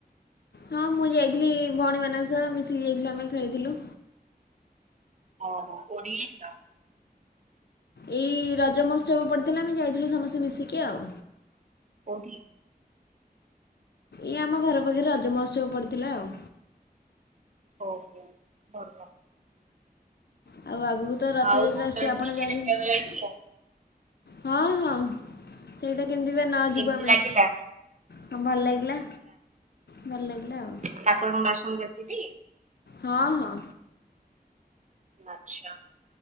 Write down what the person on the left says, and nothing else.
ହଁ ମୁଁ ଯାଇଥିଲି ଭଉଣୀ ମାନଙ୍କ ସହ, ମିଶିକି ଯାଇଥିଲୁ ଆମେ ଖେଳିଥିଲୁ।
ଏଇ ରଜ ମହୋତ୍ସବ ପଡ଼ିଥିଲା, ଆମେ ଯାଇଥିଲୁ ସମସ୍ତେ ମିଶିକି ଆଉ।
ଇଏ ଆମ ଘର ପାଖରେ ରଜ ମହୋତ୍ସବ ପଡିଥିଲା ଆଉ।
ଆଉ, ଆଗକୁ ତ ରଥଯାତ୍ରା
ଆସୁଛି ଆପଣ
ଯାଉଛନ୍ତି?
ହଁ-ହଁ, ସେଇଟା କେମିତି ବା ନ
ଯିବୁ ଆମେ।
ହଁ! ଭଲ ଲାଗିଲା? ଭଲ ଲାଗିଲା ଆଉ।
ହଁ-ହଁ!